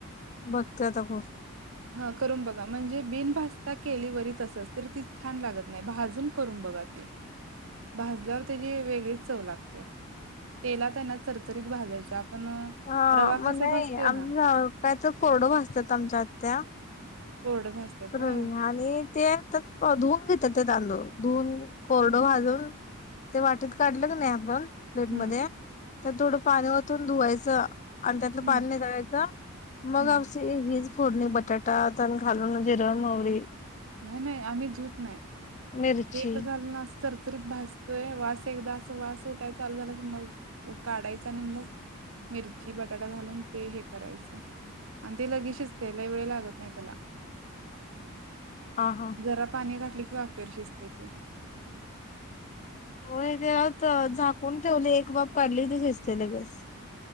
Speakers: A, on the left; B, on the right.
A: बघते आता करुन
B: हा करून बघा म्हणजे बिनभजता केली वरीचसच तर ती हा करुन बघा म्हणजे बिन भाजता केली वरी तसंच तर ती छान लागत नाही, भाजून करून बघा ती भाजल्यावर त्याची वेगळीच चव लागत्या, तेला त्यांना चरचरीत भाजायचा आपण अ,
A: हा
B: रवा
A: मग
B: कसा
A: नाही
B: भाजतोय
A: आम्ही
B: ना
A: हो त्याच कोरडं भाजतात आमच्यात, त्या
B: कोरडं भाजत्यात
A: रोळून
B: व्हय
A: आणि ते धुवून घेतात, ते तांदूळ धूूवून कोरडो भाजून ते वाटत काढलं की नाही आपण, प्लेट
B: हम्म
A: मध्ये तर थोडं पाणी ओतून धुवायचं, आणि त्यातलं पाणी
B: हम्म
A: निताळायचं मग
B: हम्म
A: अशी, फोडणी बटाटा त्येन घाल जिर मोवरी
B: नाही नाही आम्ही धूत नाही
A: मिरची
B: तेल घालून असं चरचरीत भासतोय वास एकदा अस वास उठाय चालू झाला, की मग काढायचा आणि मग मिरची बटाटा घालून ते हे करायचं. आणि ते लगीच शिजतंय लई वेळ लागत नाही त्याला
A: हा हा
B: जरा पाणी घाट वाफेवर शिजते ते.
A: होय ग त झाकून ठेवली एक वाफ काढली ते शिजतंय लगेच.